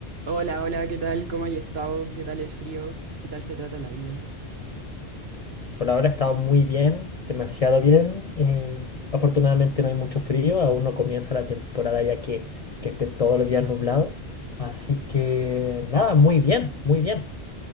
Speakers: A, on the right; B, on the left.
A: Hola, hola, ¿qué tal? ¿Cómo has estado? ¿Qué tal el frío? ¿Qué tal te trata la vida?
B: Por ahora ha estado muy bien, demasiado bien. eh, afortunadamente no hay mucho frío, aún no comienza la temporada ya que, que esté todos los días nublado. Así que nada, muy bien, muy bien.